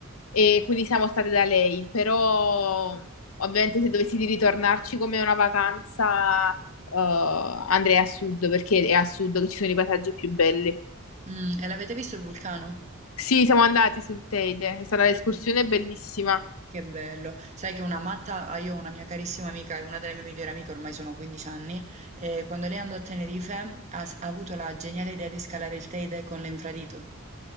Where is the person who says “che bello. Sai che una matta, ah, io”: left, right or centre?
Right